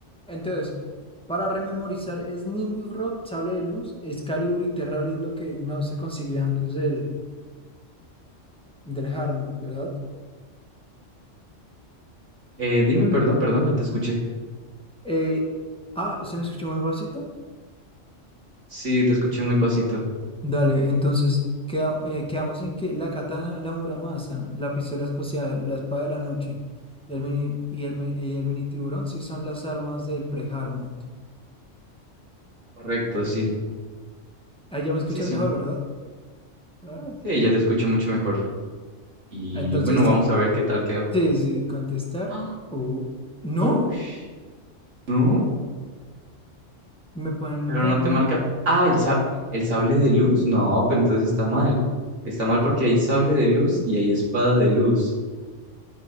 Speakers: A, in the centre; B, on the right.
A: Entonces, para rememorizar, es Nimbus Rod, Sable de Luz, Excalibur y Terrable es lo que no se conseguía antes del, del Hardmode, ¿verdad?
B: Eh, dime, perdón, perdón, no te escuché.
A: Eh, ah, ¿se me escuchó muy bajito?
B: Sí, te escuché muy pasito.
A: Dale, entonces queda- eh, quedamos en que la katana, la muramasa, la pistola espacial, la espada de la noche y el mini, y el, me- y el mini tiburón sí son las armas del pre-Hardmode.
B: Correcto, sí.
A: Ahí ya me escuchas
B: Sí, sí.
A: mejor, ¿verdad? Ah,
B: Sí, ya te escucho mucho mejor. Y
A: Entonces,
B: bueno, vamos a ver qué tal quedó.
A: sí, sí, contestar.
B: ¡Ah!
A: o ¿no?
B: ¡Ush! No,
A: Me ponen un
B: pero
A: Pac-Man.
B: no te marca. Ah, el, sa- el sable de luz. No, pero entonces está mal. Está mal porque hay sable de luz y hay espada de luz.